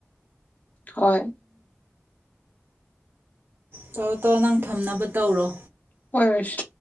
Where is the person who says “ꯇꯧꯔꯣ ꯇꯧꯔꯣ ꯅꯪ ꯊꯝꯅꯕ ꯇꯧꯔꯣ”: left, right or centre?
Right